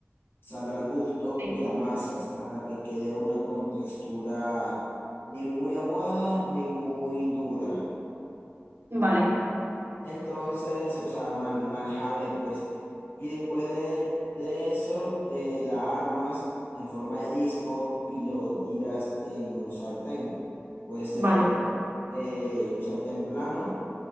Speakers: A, on the left; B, on the right.
A: sal al gusto
B: Sí.
A: y amasas hasta que quede una contextura ni muy aguada ni muy dura.
B: Vale.
A: Entonces, o sea, man- manejable pues. Y después de, de eso, eh, la armas en forma de disco y lo tiras en un sartén. Puede ser
B: Vale.
A: eh, un sartén plano.